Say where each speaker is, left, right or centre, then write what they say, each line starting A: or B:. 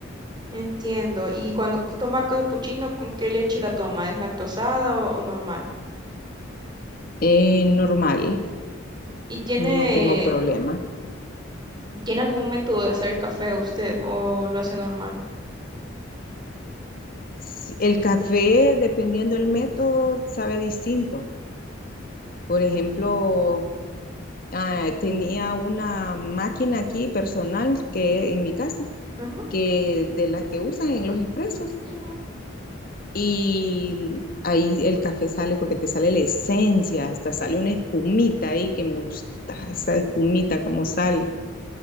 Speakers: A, on the right (about 20°); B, on the left (about 45°).
A: Entiendo. Y cuando cu- toma capuchino, ¿con qué leche la toma? ¿Es lactosada o, o normal?
B: Eh, normal,
A: ¿Y tiene,
B: no tengo problema.
A: tiene algún método de hacer el café usted o lo hace normal?
B: Si- El café, dependiendo del método, sabe distinto. Por ejemplo, ah, tenía una máquina aquí personal que en mi casa,
A: Ujú,
B: que de las que usan en los expresos
A: ujú,
B: y ahí el café sale porque te sale la esencia, hasta sale una espumita ahí que me gusta, esa espumita como sale.